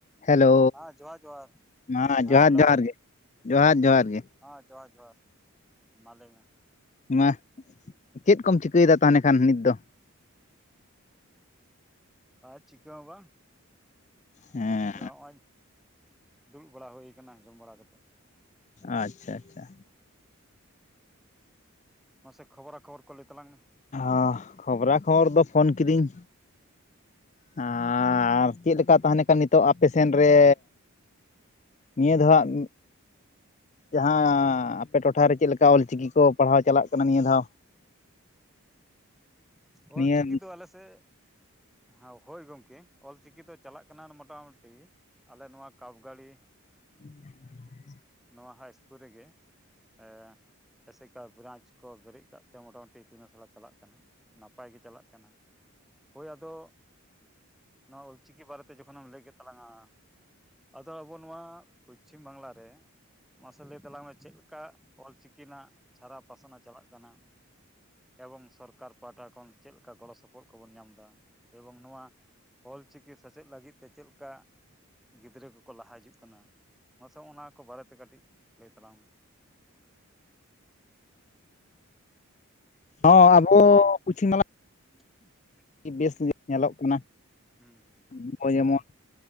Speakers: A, on the left (about 30°); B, in the centre.
A: Hello,
B: ᱦᱮᱸ ᱡᱚᱦᱟᱨ ᱡᱚᱦᱟᱨ
A: ᱢᱟ
B: ᱦᱮᱸ
A: ᱡᱚᱦᱟᱨ
B: ᱦᱮᱞᱳ
A: ᱡᱚᱦᱟᱨ ᱜᱮ, ᱡᱚᱦᱟᱨ ᱡᱚᱦᱟᱨ ᱜᱮ᱾
B: ᱦᱮᱸ ᱡᱚᱦᱟᱨ ᱡᱚᱦᱟᱨ, ᱢᱟ ᱞᱟᱹᱭ ᱢᱮ᱾
A: ᱢᱟ ᱪᱮᱱ ᱠᱚᱢ ᱪᱤᱠᱟᱹᱭᱮᱫᱟ ᱛᱟᱱᱮ ᱠᱷᱟᱱ ᱱᱤᱛ ᱫᱚ?
B: ᱟᱨ ᱪᱤᱠᱟᱹ ᱦᱚᱸ ᱵᱟᱝ
A: ᱦᱮᱸ
B: ᱡᱚᱸ ᱦᱚᱸᱧ ᱫᱩᱲᱩᱵ ᱵᱟᱲᱟ ᱦᱩᱭ ᱠᱟᱱᱟ, ᱡᱚᱢ ᱵᱟᱲᱟ ᱠᱟᱛᱮᱫ᱾
A: ᱟᱪᱪᱷᱟ ᱟᱪᱪᱷᱟ᱾
B: ᱢᱟᱥᱮ ᱠᱷᱚᱵᱽᱨᱟ ᱠᱷᱚᱵᱚᱨ ᱠᱚ ᱞᱟᱹᱭ ᱛᱟᱞᱟᱝ ᱢᱮ᱾
A: ᱚ ᱠᱷᱚᱵᱽᱨᱟ ᱠᱷᱚᱵᱚᱨ ᱫᱚ ᱯᱷᱳᱱ ᱠᱤᱫᱤᱧ᱾ ᱦᱮᱸ ᱟᱨ ᱪᱮᱫ ᱞᱮᱠᱟ ᱛᱟᱦᱮᱸᱱᱮ ᱱᱤᱛᱚᱜ ᱟᱯᱮ ᱥᱮᱱ ᱨᱮ ᱱᱤᱭᱟᱹ ᱫᱷᱟᱣᱟᱜ ᱡᱟᱦᱟᱸ ᱟᱯᱮ ᱴᱚᱴᱷᱟᱨᱮ ᱪᱮᱫ ᱞᱮᱠᱟ ᱚᱞ ᱪᱤᱠᱤ ᱠᱚ ᱯᱟᱲᱦᱟᱣ ᱪᱟᱞᱟᱜ ᱠᱟᱱᱟ ᱱᱤᱭᱟᱹ ᱫᱷᱟᱣ?
B: ᱚᱞ
A: ᱱᱤᱭᱟᱹ
B: ᱪᱤᱠᱤ ᱫᱚ ᱟᱞᱮ ᱥᱮᱜ ᱦᱮᱸ ᱦᱳᱭ ᱜᱚᱝᱠᱮ ᱚᱞᱪᱤᱠᱤ ᱫᱚ ᱪᱟᱞᱟᱜ ᱠᱟᱱᱟ ᱢᱚᱴᱟ ᱢᱩᱴᱤ ᱟᱞᱮ ᱱᱚᱣᱟ ᱠᱟᱯ ᱜᱟᱹᱲᱤ
A: <unintelligible>
B: ᱱᱚᱣᱟ ᱦᱟᱭ ᱤᱥᱠᱩᱞ ᱨᱮᱜᱮ ᱮ ᱮᱥᱮᱠᱟ ᱵᱨᱟᱧᱪ ᱠᱚ ᱵᱮᱨᱮᱫ ᱠᱟᱜ ᱛᱮ ᱢᱚᱴᱟ ᱢᱩᱴᱤ ᱤᱛᱩᱱ ᱟᱥᱲᱟ ᱪᱟᱞᱟᱜ ᱠᱟᱱᱟ, ᱱᱟᱯᱟᱭ ᱜᱮ ᱪᱟᱞᱟᱜ ᱠᱟᱱᱟ᱾ ᱦᱳᱭ ᱟᱫᱚ ᱱᱚᱣᱟ ᱚᱞᱪᱤᱠᱤ ᱵᱟᱨᱮᱛᱮ ᱡᱚᱠᱷᱚᱱᱮᱢ ᱞᱟᱹᱭ ᱠᱮᱫ ᱛᱟᱞᱟᱝᱟ ᱟᱫᱚ ᱟᱵᱚ ᱱᱚᱣᱟ ᱯᱚᱥᱪᱷᱤᱢ ᱵᱟᱝᱞᱟ ᱨᱮ ᱢᱟᱥᱮ ᱞᱟᱹᱭ ᱛᱟᱞᱟᱝ ᱢᱮ ᱪᱮᱫ ᱞᱮᱠᱟ ᱚᱞᱪᱤᱠᱤ ᱨᱮᱱᱟᱜ ᱪᱷᱟᱨᱟᱣ ᱯᱟᱥᱱᱟᱣ ᱪᱟᱞᱟᱜ ᱠᱟᱱᱟ? ᱮᱵᱚᱝ ᱥᱚᱨᱠᱟᱨ ᱯᱟᱦᱟᱴᱟ ᱠᱷᱚᱱ ᱪᱮᱫ ᱞᱮᱠᱟ ᱜᱚᱲᱚ ᱥᱚᱯᱚᱦᱚᱫ ᱠᱚᱵᱚᱱ ᱧᱟᱢ ᱫᱟ, ᱮᱵᱚᱝ ᱱᱚᱣᱟ ᱚᱞᱪᱤᱠᱤ ᱥᱮᱪᱮᱫ ᱞᱟᱹᱜᱤᱫ ᱛᱮ ᱪᱮᱫ ᱞᱮᱠᱟ ᱜᱤᱫᱽᱨᱟᱹ ᱠᱚᱠᱚ ᱞᱟᱦᱟ ᱦᱤᱡᱩᱜ ᱠᱟᱱᱟ? ᱢᱟᱥᱮ ᱱᱚᱸ ᱱᱟ ᱠᱚ ᱵᱟᱨᱮᱛᱮ ᱠᱟᱹᱴᱤᱡ ᱞᱟᱹᱭ ᱛᱟᱞᱟᱝ ᱢᱮ᱾
A: ᱚ ᱦᱚᱸ ᱟᱵᱚ ᱯᱚᱪᱷᱤᱵᱟᱝᱞᱟ
B: <unintelligible>
A: ᱟᱹᱰᱤ ᱵᱮᱥ ᱧᱮᱞᱚᱜ ᱠᱟᱱᱟ
B: ᱦᱩᱸ
A: ᱱᱚᱜᱼᱚᱭ ᱡᱮᱢᱚᱱ